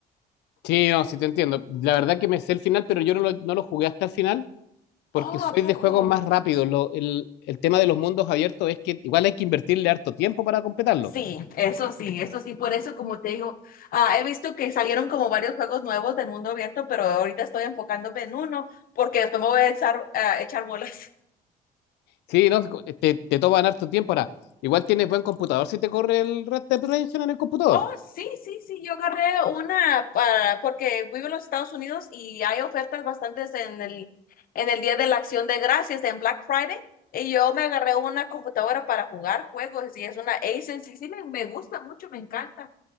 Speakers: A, on the left (about 85°); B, on the left (about 60°).
A: Sí, no, sí te entiendo. La verdad que me sé el final, pero yo no lo, no lo jugué hasta el final porque
B: Oh,
A: soy
B: ¿a poco?
A: de juegos más rápidos. Lo- el, el tema de los mundos abiertos es que igual hay que invertirle harto tiempo para completarlo.
B: Sí, eso sí, eso sí, por eso como te digo, ah, he visto que salieron como varios juegos nuevos del mundo abierto, pero ahorita estoy enfocándome en uno porque después me voy a echar, a echar bolas. <laughs>
A: Sí, no, te, te toman harto tiempo. Ahora, igual tienes buen computador si te corre el Red Dead Redemption en el computador.
B: Oh, sí, sí, sí, yo agarré una para, porque vivo en los Estados Unidos y hay ofertas bastantes en el, en el Día de la Acción de Gracias, en Black Friday, y yo me agarré una computadora para jugar juegos y es una Asus y sí me, me gusta mucho, me encanta.